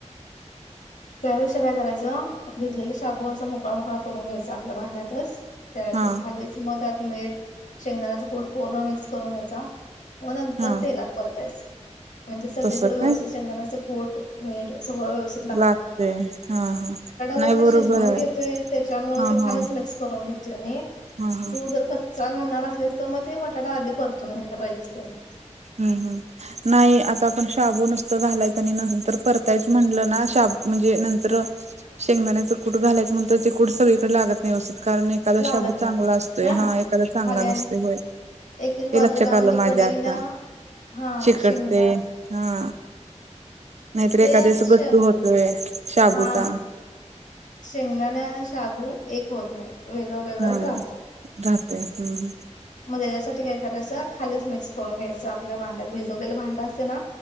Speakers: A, on the left (about 85°); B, on the right (about 65°).
A: त्या यापेक्षा काय करायचं, भिजलेले शाबू असा मोकळा मोकळा करून घ्यायचा. आपल्या भांड्यातच. त्यातच
B: हा
A: खालीच म त्यात मीठ शेंगदाण्याचा कुठ पूर्ण मिक्स करून घ्यायचा. म नंतर
B: हा
A: तेलात परतायच. म्हणजे सगळीकडे
B: तसं
A: व्यवस्थित
B: काय
A: शेंगदाण्याच कुठ मीठ सगळ व्यवस्
B: लाक ते. हा हा. नाही
A: पण मी
B: बरोबरे.
A: शिजवून घेतोय त्याच्यामुळे
B: हा
A: ते खालीच
B: हा.
A: मिक्स करून घेतोय मी
B: ह ह.
A: तू जर कच्चा घालणार असलीस तर, मग ते बटाटा आधी परतून घ्यायला पाहिजे तेलात.
B: हम् हम्. नाही आता आपण शाबू नुसतं घालायचं आणि नंतर परतायच म्हणलं ना शाब म्हणजे नंतर शेंगदाण्याचं कूट घालायच नंतर ते कूट सगळीकडे लागत नाही व्यवस्थित कारण ही एखादा
A: लागत
B: शाबु
A: नाही
B: चांगला असतोय,
A: ना
B: हा एखादा चांगला
A: खाली आणि
B: नसते होय.
A: एक एक बाजूला
B: ते लक्षात
A: म्हणजे
B: आल माझ्या
A: कढईला
B: आता
A: हा
B: चिकटते,
A: शेंगदाणा
B: हा. नाहीतर
A: ते
B: एखादेस
A: श
B: गट्टू होतोय. शाबूचा
A: हा, शेंगदाण्या आणि शाबू एक होत नाहीत. वेगळंवेेगळंच
B: हा
A: राहते.
B: राहते हम्म हम.
A: मग त्याच्यासाठी काय करायचं खालीच मिक्स करून घ्यायचं आपल्या भांड्यात. भिजवलेला भांडा असते ना,